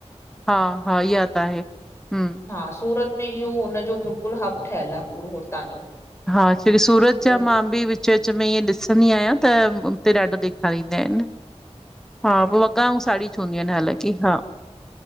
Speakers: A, in the centre; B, on the left.
A: -हा- हा इया ता आहे, हम्म
B: हा सूरत में इहो हुनजो बिल्कुल हब ठहियल आ पूरो हुतां जो
A: हा छोकी सूरत जा
B: उ
A: मां बि विच- विच में ईअं ॾिसंदी आयां त, उते ॾाढो ॾेखारींदा आहिन। हा पो वॻा ऐं साड़ी छ हूंदीयूं आहिन हालकी, हा